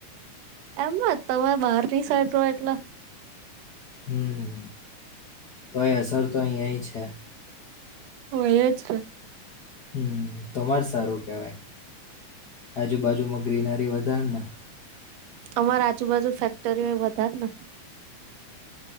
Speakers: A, on the right; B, on the left.
A: એમજ તમે બહાર ની સાઈટ એટલે
B: હમ્મ, તોયે અસર તો અહીયાય છે.
A: ઓ એ જ છ.
B: હમ્મ, તમાર સ સારું કહેવાય, આજુબાજુમાં ગ્રીનરી વધારને
A: અમાર આજુબાજુ ફેક્ટરીઓ એ વધાર ને